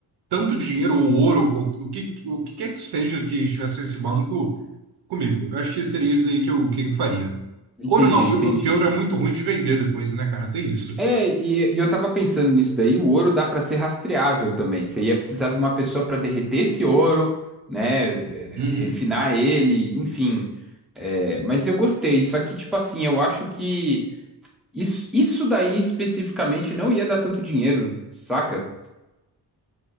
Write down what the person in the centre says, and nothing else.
Entendi,
entendi.
É, e, e eu tava pensando nisso daí, o ouro dá pra ser rastreável também. Você ia precisar de uma pessoa pra derreter esse ouro, né,
é, refinar ele, enfim. É, mas eu gostei, só que tipo assim, eu acho que isso, isso daí especificamente não ia dar tanto dinheiro, saca?